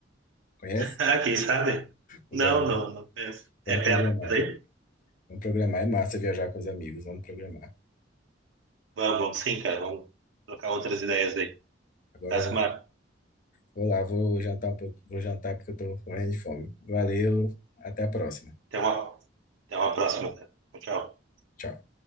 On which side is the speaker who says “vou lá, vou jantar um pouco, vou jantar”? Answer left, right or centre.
Left